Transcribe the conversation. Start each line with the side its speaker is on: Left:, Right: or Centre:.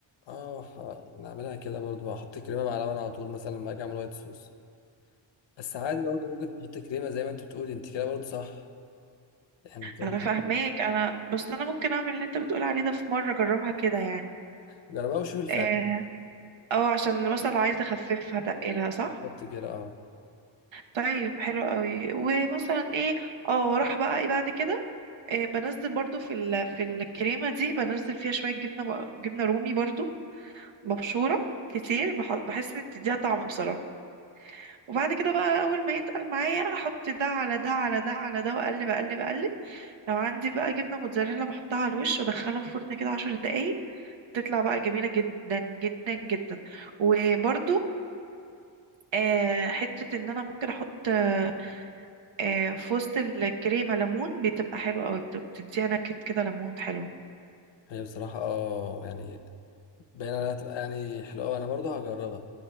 Left: اه ه- نعملها كده برضو هحط كريمه مع لبن على طول مثلا لما اجي اعمل وايت صوص بس عادي برضه ممكن تحط كريمه زي ما انت بتقولي انت كده برضه صح يعني تمام.
Right: انا فاهماك انا بس انا ممكن اعمل اللي انت بتقول عليه ده في مرة اجربها كده يعني
Left: جربها وشوف الفرق
Right: اه أو عشان مثلا لو عايزة اخففها تقلها صح
Left: بالظبط كده اه
Right: طيب حلو قوي ومثلا ايه اه واروح بقى ايه بعد كده إيه بنزل برضو في ال... في الكريمة دي بنزل فيها شوية جبنة جبنة رومي برضو مبشورة كتير بح- بحس ان بتديها طعم بصراحة وبعد كده بقى اول ما يتقل معايا احط ده على ده على ده على ده واقلب اقلب اقلب لو عندي بقى جبنة موتزاريلا بحطها على الوش وادخلها في الفرن كده عشر دقايق تطلع بقى جميلة جدا جدا جدا وبرضو آه حتة ان انا ممكن احط آه آه، في وسط الكريمة ليمون بتبقى حلوة قوي بتديها نكهة كده ليمون حلو
Left: هي بصراحه اه يعني باين عليها هتبقى يعني حلوه وانا برضه هجربها